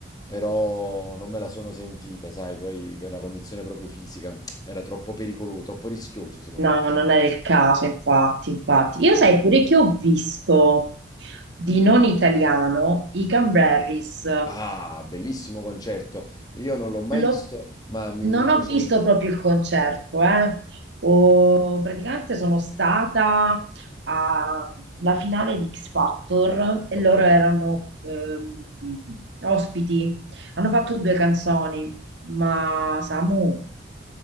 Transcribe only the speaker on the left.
però non me la sono sentita, sai, poi per una condizione proprio fisica era troppo pericoloso, troppo rischioso secondo
me.
Ah, bellissimo concerto. Io non l'ho mai
visto, ma mi,
mi piacerebbe.
Ok.